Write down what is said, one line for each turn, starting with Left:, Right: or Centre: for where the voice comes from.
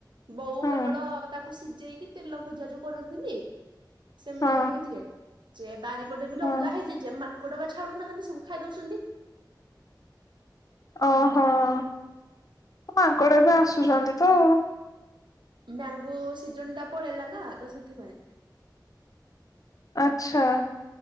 Right: ବୋଉ
Left: ହଁ
Right: କେବଳ ତାକୁ ସିଜେଇକି ତେଲ ଭଜା ଯୋଉ କରନ୍ତିନି ସେମିତି
Left: ହଁ
Right: କରିକି ଦିଏ ଚେ ବାରିପଟେ ବି
Left: ହଁ
Right: ଲଗା ହେଇଚି। ଯେ ମାଙ୍କଡ ବା ଛାଡୁନାହାନ୍ତି ସବୁ ଖାଇ ଦଉସନ୍ତି।
Left: ଓହୋ ଆ ମାଙ୍କଡ ବି ଆସୁଛନ୍ତି ତ ଆଉ।
Right: ମ୍ୟାଙ୍ଗୋ ସିଜନଟା ପଳେଇଲା ନା ତ ସେଥିପାଇଁ।
Left: ଆଚ୍ଛା।